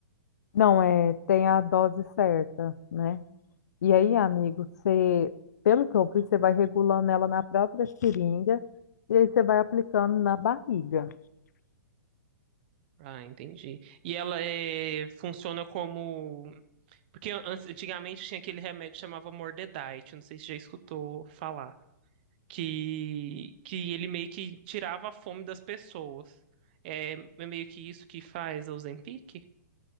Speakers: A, on the left (about 60°); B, on the right (about 30°).
A: Não, é, tem a dose certa, né? E aí, amigo, você, pelo que eu vi, você vai regulando ela na própria seringa e aí você vai aplicando na barriga.
B: Ah, entendi. E ela é funciona como porque an- antigamente tinha aquele remédio que chamava Mordedite, não sei se já escutou falar, que que ele meio que tirava a fome das pessoas. É, é meio que isso que faz a Ozempic?